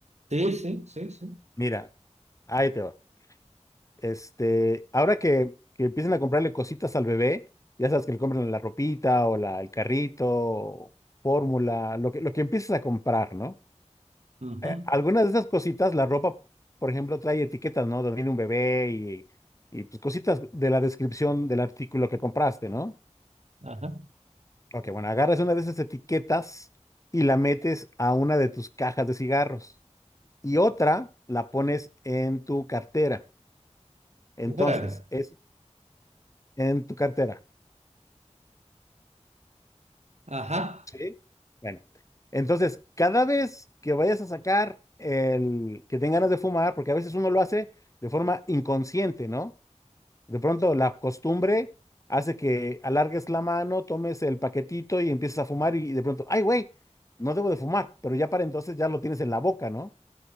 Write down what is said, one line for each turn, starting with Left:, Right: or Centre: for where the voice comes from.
Right: Sí, sí, sí, sí.
Left: Mira, ahí te va. Este, ahora que, que empiecen a comprarle cositas al bebé, ya sabes que le compran la ropita o la, el carrito, fórmula, lo que, lo que empieces a comprar, ¿no?
Right: Ujú.
Left: Eh, algunas de esas cositas, la ropa, por ejemplo, trae etiquetas, ¿no? Donde viene un bebé y, y pues cositas de la descripción del artículo que compraste, ¿no?
Right: Ajá.
Left: Ok, bueno, agarras una de esas etiquetas y la metes a una de tus cajas de cigarros y otra la pones en tu cartera. Entonces,
Right: Órale.
Left: es en tu cartera.
Right: Ajá.
Left: Sí. Bueno, entonces, cada vez que vayas a sacar el que tengas ganas de fumar, porque a veces uno lo hace de forma inconsciente, ¿no? De pronto la costumbre hace que alargues la mano, tomes el paquetito y empieces a fumar y, y de pronto, ay, güey, no debo de fumar, pero ya para entonces ya lo tienes en la boca, ¿no?